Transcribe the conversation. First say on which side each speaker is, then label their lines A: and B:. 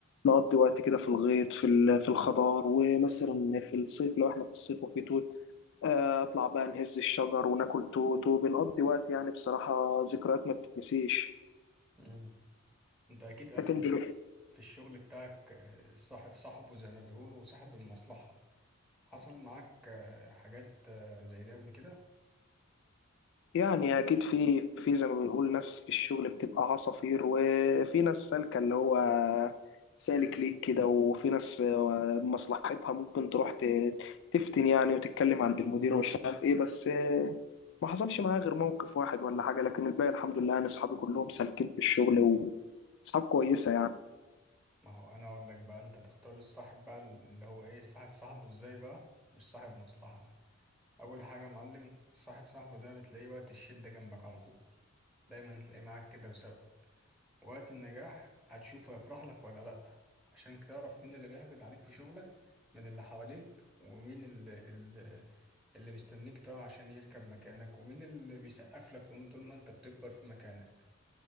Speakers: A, on the left; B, in the centre.
A: نقضي وقت كده في الغيط في ال- في الخضار ومثلا في الصيف لو احنا في الصيف وفي توت آه، اطلع بقى نهز الشجر وناكل توت وبنقضي وقت يعني بصراحة ذكريات ما بتتنسيش
B: مم. انت اكيد قبل
A: لكن دلوقتي
B: في الشغل بتاعك آه، صاحب صاحبه زي ما بيقولوا وصاحب المصلحة حصل معاك آه، حاجات آه، زي دي قبل كده
A: يعني اكيد في في زي ما بنقول ناس في الشغل بتبقى عصافير وفي ناس سالكة اللي هو سالك ليك كده وفي ناس آه، مصلحتها ممكن تروح ت- تفتن يعني وتتكلم عند المدير ومش عارف ايه بس آه، ما حصلش معايا غير موقف واحد ولا حاجة لكن الباقي الحمد لله انا اصحابي كلهم سالكين في الشغل واصحاب كويسة يعني
B: ما هو انا اقول لك بقى انت تختار الصاحب بقى اللي هو ايه صاحب صاحبه ازاي بقى مش صاحب مصلحة ده اول حاجه يا معلم صاحب صاحبه ده بتلاقيه وقت الشده جنبك على طول دايما هتلاقيه معاك كده وسبب وقت النجاح هتشوفه يفرح لك ولا لا عشان تعرف مين اللي بيحقد عليك في شغلك من اللي حواليك ومين اللي, اللي, اللي مستنيك تقع عشان يركب مكانك ومين اللي بيسقف لك طول طول ما انت بتكبر في مكانك